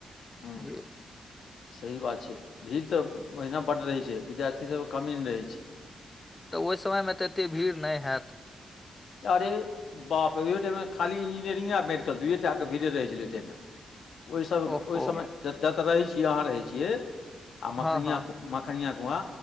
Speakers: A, on the left; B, on the left.
A: हूँ
B: बझ छ
A: सही बात छै भीड़ तऽ ओहिना बड्ड रहै छै विद्यार्थीसभके कमी नहि रहै छ
B: तऽ ओहि समयमे तऽ एते भीड़ नहि होयै
A: अरे बाप रो ईहोटाम खाली इन्जीनियरिंग ओर मेडिकल दुइयए टाके भीड़े रहै छलै तहिमे ओहिस ओहिसमे
B: ओहो
A: जत्त तऽ रहै छियै अहाँ रहै छियै आ मखनिआ
B: हँ हँ
A: मखनिआ कुआ